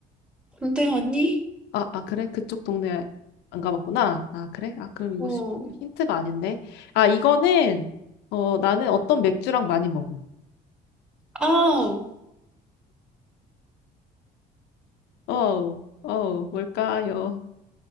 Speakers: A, in the centre; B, on the left (about 85°).
A: 근데 아니?
B: 아, 아, 그래? 그쪽 동네 안 가봤구나. 아, 그래? 아, 그럼 이거
A: 어.
B: 시- 힌트가 아닌데. 아, 이거는, 어, 나는 어떤 맥주랑 많이 먹어.
A: 아,
B: 어우, 어우, 뭘까요?